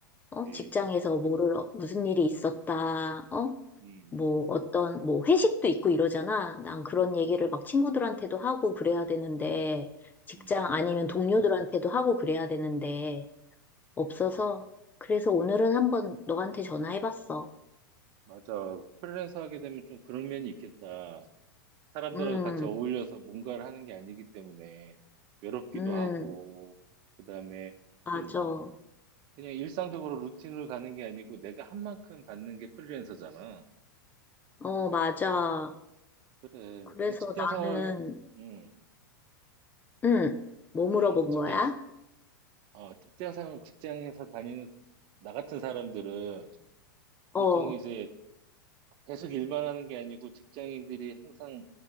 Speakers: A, on the left (about 15°); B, on the right (about 45°).
A: 어,
B: 그치.
A: 직장에서 뭐를, 어, 무슨 일이 있었다. 어,
B: 음.
A: 뭐 어떤 뭐 회식도 있고 이러잖아. 난 그런 얘기를
B: 그치.
A: 막 친구들한테도 하고 그래야 되는데 직장
B: 음.
A: 아니면 동료들한테도 하고 그래야 되는데 없어서 그래서 오늘은 한번 너한테 전화해봤어.
B: 맞아. 프리랜서 하게 되면 좀 그런 면이 있겠다. 사람들하고
A: 음,
B: 같이 어울려서 뭔가를 하는 게 아니기 때문에 외롭기도
A: 음,
B: 하고, 그다음에
A: 맞아.
B: 또 그냥 일상적으로 루틴을 가는 게 아니고 내가 한 만큼 받는 게 프리랜서잖아.
A: 어, 맞아.
B: 그래.
A: 그래서
B: 우리 직장
A: 나는
B: 생활, 응
A: 음, 뭐 물어본
B: 응 직장,
A: 거야?
B: 어, 직장 생활, 직장에서 다니는 나 같은 사람들은
A: 어,
B: 보통 이제 계속 일만 하는 게 아니고 직장인들이 항상